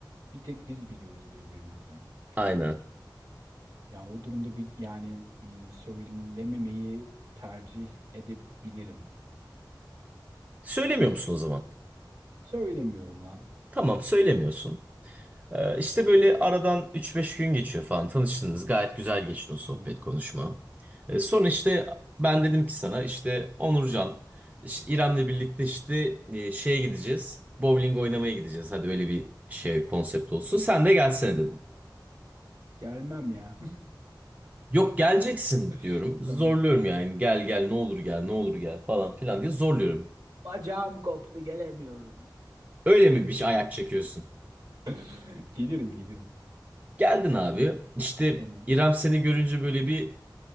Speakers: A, on the right; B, on the right.
A: bir tek biz biliyoruz birbirimizi. Çok
B: Aynen.
A: ilginç. Yani o durumda bir yani hmm, söylememeyi tercih edebilirim.
B: Söylemiyor musun o zaman?
A: Söylemiyorum lan.
B: Tamam söylemiyorsun. Ee, işte böyle aradan üç beş gün geçiyor falan tanıştınız. Gayet güzel geçti o sohbet
A: Hı.
B: konuşma. Ee, sonra işte ben dedim ki sana işte Onurcan işte İrem'le birlikte işte e, şeye gideceğiz. Bowling oynamaya gideceğiz. Hadi öyle bir şey konsept olsun. Sen de gelsene dedim.
A: Gelmem ya.
B: Yok geleceksin diyorum.
A: <laughs>
B: Zorluyorum
A: Tamam.
B: yani. Gel gel ne olur gel ne olur gel falan filan diye zorluyorum.
A: Bacağım koptu gelemiyorum.
B: Öyle mi bir şey ayak çekiyorsun?
A: <laughs> Gelirim gelirim.
B: Geldin abi. İşte
A: Tamam.
B: İrem seni görünce böyle bir